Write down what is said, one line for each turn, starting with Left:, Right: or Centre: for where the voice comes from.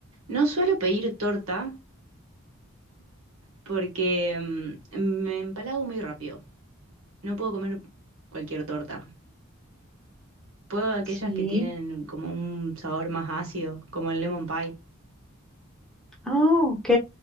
Right: no suelo pedir torta porque mm, me empalago muy rápido. No puedo comer cualquier torta. Puedo aquellas
Centre: ¿sí?
Right: que tienen como un sabor más ácido, como el lemon pie.
Centre: Ah, ok.